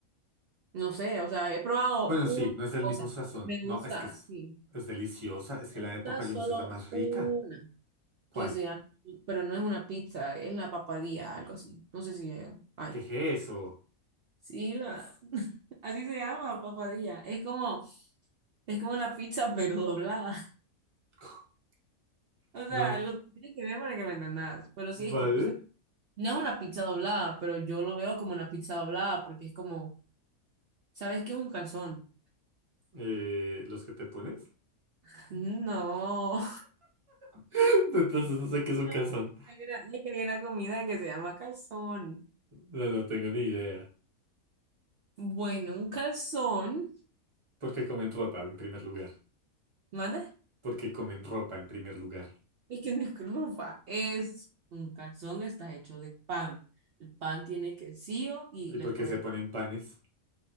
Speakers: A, on the right (about 70°); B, on the right (about 30°).
A: No sé, o sea, he probado
B: Bueno,
A: una
B: sí, no es el
A: cosa.
B: mismo sazón.
A: Me gusta,
B: No, es que es,
A: sí.
B: es deliciosa. Es que
A: Me gusta
B: la de Papa
A: solo
B: John's es la más
A: una,
B: rica. ¿Cuál?
A: que se llama, pero no es una pizza, es la papadilla, algo así. No sé si eh, hay.
B: ¿Qué es eso?
A: Sí, la, <laughs> así se llama, papadilla. Es como, es como una pizza, pero doblada. <laughs>
B: <laughs>
A: O sea,
B: No, no.
A: lo tienes que ver para que me entendas. Pero sí
B: ¿vale?
A: es como, o sea, no es una pizza doblada, pero yo lo veo como una pizza doblada, porque es como, ¿sabes qué es un calzón?
B: Eh, ¿los que te pones?
A: <laughs> No.
B: <laughs> Entonces no sé qué es un
A: No,
B: calzón.
A: hay una hay una comida que se llama calzón.
B: No, no tengo ni idea.
A: Bueno, un calzón,
B: ¿Por qué comen ropa en primer lugar?
A: ¿mande?
B: ¿Por qué comen ropa en primer lugar?
A: Y que no es Es un calzón, está hecho de pan. El pan tiene quesillo y
B: ¿Y
A: le
B: por
A: puedes,
B: qué se ponen panes?